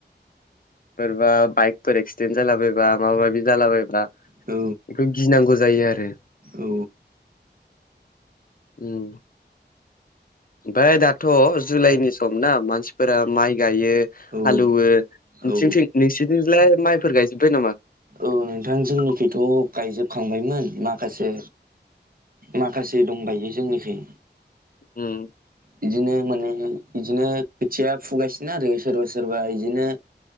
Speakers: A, on the left; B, on the right.
A: सोरबा बाइकफोर एक्सिडेन्ट जालाबायबा माबा माबि जालाबायबा
B: औ
A: बेखौ गिनांगौ जायो आरो।
B: औ
A: ओम ओमफ्राय दाथ' जुलाइनि सम ना मानसिफोरा माइ गायो
B: औ
A: हालौवो नोंसिथिं
B: औ
A: नोंसिथिंलाय माइफोर गायजोबबाय नामा?
B: औ नोंथां जोंनिखैथ' गायजोबखांबायमोन माखासे माखासे दंबायो जोंनिखै।
A: ओम।
B: बिदिनो माने बिदिनो खोथिया फुगासिनो आरो सोरबा सोरबा बिदिनो।